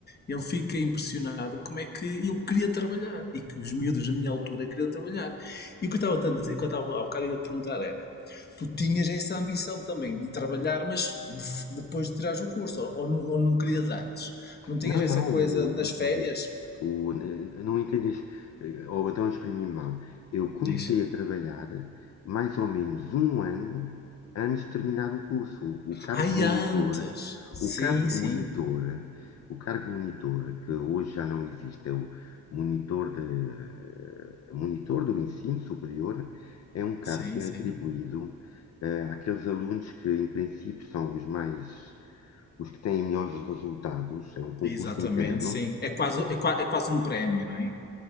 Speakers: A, on the left; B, on the left.
A: ele fica impressionado como é que eu queria trabalhar e que os miúdos da minha altura queriam trabalhar. E o que eu estava a dizer, o que eu estava há bocado a perguntar era: tu tinhas essa ambição também de trabalhar, mas de- depois de tirares o curso, ou, ou não, ou não querias antes? Não tinhas
B: Não,
A: essa
B: não,
A: coisa
B: o-
A: nas férias?
B: vamos ver. O, eu não entendeste, eh, ou então eu exprimi mal. Eu comecei
A: Diz.
B: a trabalhar mais ou menos um ano antes de terminar o curso. O cargo
A: Ai,
B: de monitor,
A: antes! Sim,
B: o cargo de
A: sim.
B: monitor, o cargo de monitor, que hoje já não existe, é o monitor de, eh, monitor do ensino superior, é um cargo
A: Sim,
B: que é
A: sim.
B: atribuído eh, aqueles alunos que, em princípio, são os mais, os que têm melhores resultados, é um concurso
A: Exatamente,
B: interno,
A: sim. É quase, é, qua- é quase um prémio, não é?